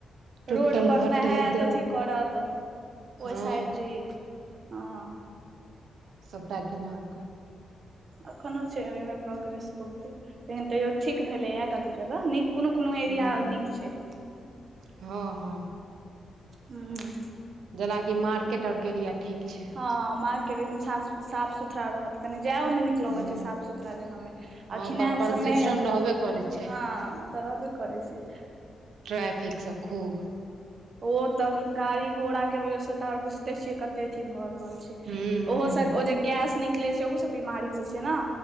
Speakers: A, on the right; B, on the right.
A: रोड
B: टुटल
A: पर
B: फटल
A: नहैत,
B: एकदम
A: अथी करत, ओहि
B: हँ
A: साइड जे हां
B: सबटा गिना क
A: एखनो छै, ओहिमे प्रोग्रेस बहुते लेकिन तैयो ठीक भेलैएा कते जगह, नय कोनो -कोनो एरिया
B: हूँ
A: नीक छै।
B: हँ -हँ।
A: हूं।
B: जेनाकि मार्केट और के एरिया ठीक छै।
A: ह मार्केट एकदम साफ साफ सुथड़ा रहत, कनि जायो मे निक लगै
B: हँ
A: छै, साफ -सुथरा जगहमे,
B: हँ
A: आ घिनायल
B: पर प्रदूषण
A: सम में
B: रहबे करै छै
A: हँ, तऽ रहबे करै छै।
B: ट्रैफिक सब खूब।
A: ओ तऽ गाड़ी घोड़ा के वजह से त, आर बूझते ते छियै कते अथी भऽ रहल छै,
B: हूँ हूँ
A: ओहो से ओ जे गैस नि निकले छै, अहु से बीमारी होइ छै न।